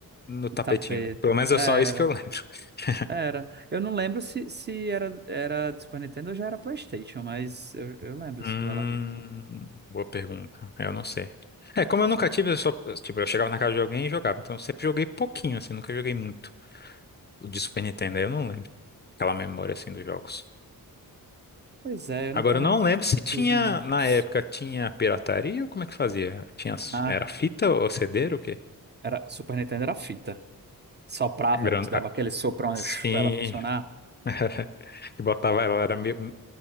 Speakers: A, on the left; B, on the right.
A: no tapetinho.
B: Tapete.
A: Pelo menos é
B: Era,
A: só isso que eu lembro. <laughs>
B: era. Eu não lembro se, se era, era do Super Nintendo ou já era PlayStation, mas eu, eu lembro
A: Hum,
B: do Aladdin.
A: boa pergunta. Eu não sei. É, como eu nunca tive, eu só, tipo, eu chegava na casa de alguém e jogava. Então eu sempre joguei pouquinho, assim, nunca joguei muito O de Super Nintendo. aí Eu não lembro aquela memória, assim, dos jogos.
B: Pois é, eu
A: Agora,
B: não, também
A: eu não
B: não
A: lembro se tinha,
B: tive muitos.
A: na época, tinha pirataria ou como é que fazia? Tinha,
B: Ah,
A: era fita ou CD ou o quê?
B: era, Super Nintendo era fita. Soprava,
A: Grande.
B: te dava
A: ah,
B: aquele soprão
A: Sim.
B: para ela funcionar.
A: <laughs> Que botava ela, era meio,